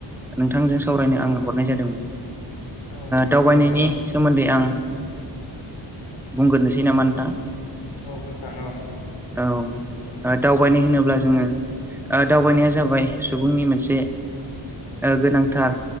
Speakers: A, in the centre; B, on the left.
A: नोंथांजों सावरायनो आङो हरनाय जादों
B: औ नंगौ
A: दावबायनायनि
B: नोंथां नंगौ
A: सोमोन्दै आं बुंग्रोनोसै नामा नोंथां
B: औ नोंथां औ
A: औ दावबायनाय होनोब्ला जोङो दावबायनाया जाबाय सुबुंनि मोनसे गोनांथार